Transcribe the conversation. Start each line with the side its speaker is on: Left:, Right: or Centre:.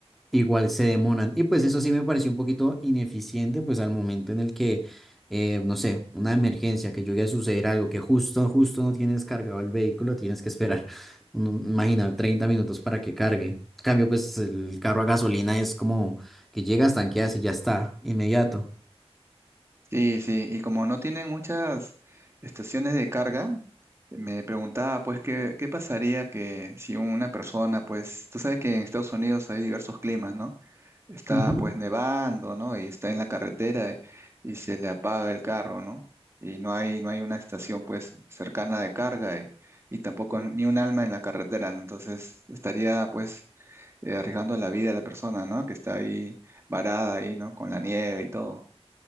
Centre: Igual se demoran. Y pues eso sí me pareció un poquito ineficiente, pues al momento en el que, eh, no sé, una emergencia, que llegue a suceder algo, que justo, justo no tienes cargado el vehículo, tienes que esperar, <laughs> no, imagina, 30 minutos para que cargue. En cambio, pues el carro a gasolina es como que llegas, tanqueas y ya está, inmediato.
Right: Sí, sí, y como no tienen muchas estaciones de carga, me preguntaba pues qué, qué pasaría que si una persona, pues, tú sabes que en Estados Unidos hay diversos climas, ¿no? Está
Centre: Ujú.
Right: pues nevando, ¿no? Y está en la carretera eh, y se le apaga el carro, ¿no? Y no hay, no hay una estación pues cercana de carga y, y tampoco ni un alma en la carretera, ¿no? Entonces estaría pues eh, arriesgando la vida de la persona, ¿no? Que está ahí varada ahí, ¿no? Con la nieve y todo.